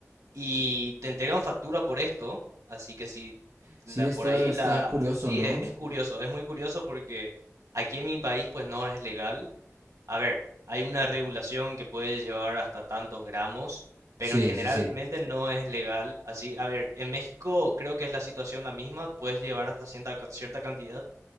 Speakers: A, on the right; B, on the right.
A: y te entregan factura por esto, así que si
B: Sí,
A: la,
B: está,
A: por ahí Sí, está,
B: está
A: la...
B: curioso,
A: está Sí,
B: ¿no?
A: es, es curioso. curioso, es muy curioso porque aquí en mi país pues no es legal. A ver, hay una regulación que puede llevar hasta tantos gramos, pero
B: Sí,
A: en generalmente
B: sí, sí.
A: no es legal. Así, a ver, en México creo que es la situación la misma, puedes llevar hasta cierta, cierta cantidad.